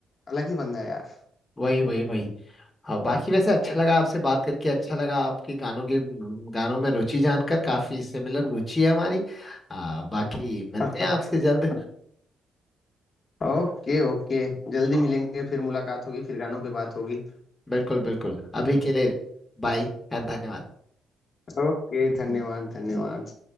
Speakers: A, on the left; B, on the left.
A: अलग ही बंदा है यार
B: वही वही वही हाँ बाकी वैसे अच्छा लगा आपसे बात करके अच्छा लगा आपके गानों के गानों में रुचि जानकर काफी सिमिलर रुचि है हमारी आ, बाकी मिलते
A: <laughs>
B: हैं आपसे जल्द
A: Okay okay जल्दी
B: ओ,
A: मिलेंगे फिर मुलाकात होगी फिर गानों पे बात होगी
B: बिल्कुल बिल्कुल अभी के लिए बाय एंड धन्यवाद
A: ओके धन्यवाद धन्यवाद